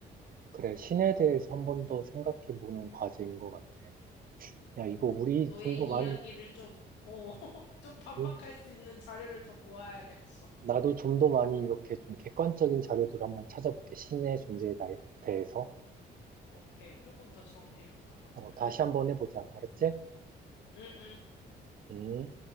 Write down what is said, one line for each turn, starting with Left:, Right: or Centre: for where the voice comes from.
Right: 그래, 신에 대해서 한 번 더 생각해 보는 과제인 것 같아.
Left: 음,
Right: 야, 이거 우리
Left: 너의
Right: 좀 더
Left: 이야기를
Right: 많이,
Left: 좀, 어, <laughs>
Right: 어,
Left: 좀 반박할
Right: 응?
Left: 수 있는 자료를 더 모아야겠어.
Right: 나도 좀 더 많이 이렇게 좀 객관적인 자료들을 한번 찾아볼게. 신의 존재에 대- 대해서.
Left: 오케이, 조금 더 정리해보자, 그러면.
Right: 어, 다시 한 번 해보자. 알았지?
Left: 응, 응.
Right: 음.